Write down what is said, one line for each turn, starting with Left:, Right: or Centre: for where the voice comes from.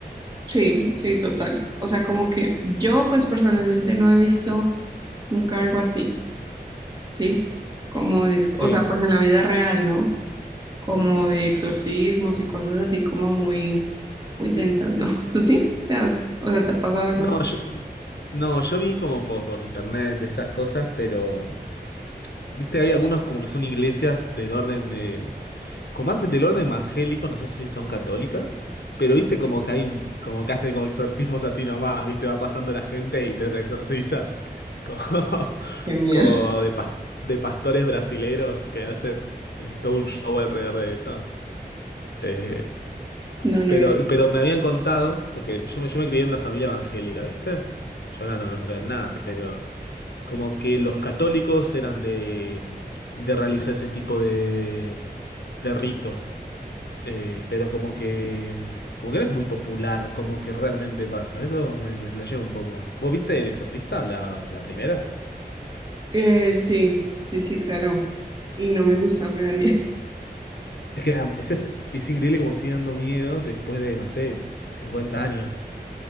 Right: Sí, sí, total. O sea, como que yo, pues personalmente no he visto nunca algo así, ¿sí? Como de, ex-
Left: Sí.
Right: o sea, pues en la vida real, ¿no? Como de exorcismos y cosas así como muy, muy densas, ¿no? <laughs> ¿Tú sí? ¿Te has, o sea, te ha pasado algo
Left: No,
Right: así?
Left: yo, no, yo vi como po- por, internet esas cosas, pero, viste, hay algunos como que son iglesias del orden de como hacen del orden evangélico, no sé si son católicas, pero viste como que hay un, como que hacen como exorcismos así nomás, viste, va pasando la gente y te se exorciza, como, <laughs>
Right: Qué miedo.
Left: como de, pas- de pastores brasileros que hacen eh, todo un show alrededor de eso. Eh,
Right: No, no
Left: pero,
Right: he visto.
Left: pero me habían contado, porque yo me, yo me crié en una familia evangélica, ¿viste? Yo ahora no, no creo en nada, pero como que los católicos eran de, de realizar ese tipo de, de ritos eh, pero como que, como que no es muy popular, como que realmente pasa. Eso me, me flasheó un poco. ¿Vos viste El Exorcista, la, la primera?
Right: Eh, sí, sí, sí, claro. Y no me gusta, me da miedo. <laughs>
Left: Es que era- es, es- es increíble como sigue dando miedo después de, no sé, 50 años.